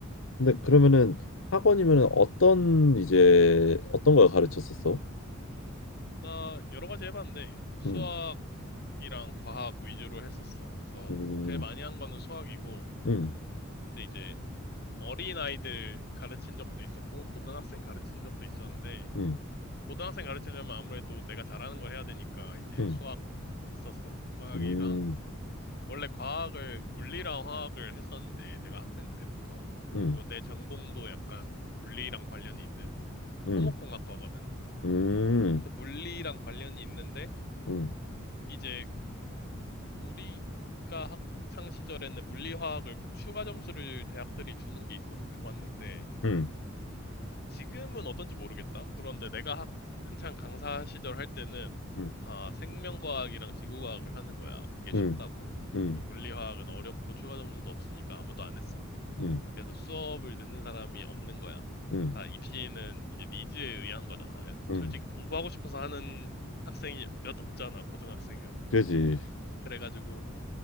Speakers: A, on the left; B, on the left.
A: 근데 그러면은 학원이면은 어떤 이제 어떤 걸 가르쳤었어?
B: 나 여러 가지 해봤는데, 수학이랑
A: 음.
B: 과학 위주로 했었어. 그래서
A: 음.
B: 제일 많이 한 거는 수학이고,
A: 음.
B: 근데 이제 어린 아이들 가르친 적도 있었고, 고등학생 가르친 적도 있었는데,
A: 음.
B: 고등학생 가르치려면 아무래도 내가 잘하는 걸 해야 되니까 이제
A: 음.
B: 수학 했었어. 수학이랑
A: 음.
B: 원래 과학을, 물리랑 화학을 했었는데, 내가 학생 때부터.
A: 음.
B: 그리고 내 전공도 약간 물리랑 관련이 있는
A: 음. 음.
B: 토목공학과거든.
A: 음.
B: 그래서 물리랑 관련이 있는데,
A: 음.
B: 이제 우리가 학창 시절에는 물리화학을 추가 점수를 대학들이 주는 게 있어서 좋았는데,
A: 음.
B: 지금은 어떤지 모르겠다. 그런데 내가 학, 한창 강사 시절 할 때는
A: 음.
B: 다 생명과학이랑 지구과학을 하는 거야. 그게 쉽다고.
A: 음. 음.
B: 그리고 물리화학은 어렵고 추가 점수도 없으니까 아무도 안 했어.
A: 음.
B: 그래서 수업을 듣는 사람이 없는 거야.
A: 음.
B: 다 입시는 이제 니즈에 의한 거잖아.
A: 음.
B: 솔직히 공부하고 싶어서 하는 학생이 몇 없잖아, 고등학생은.
A: 그지.
B: 그래가지고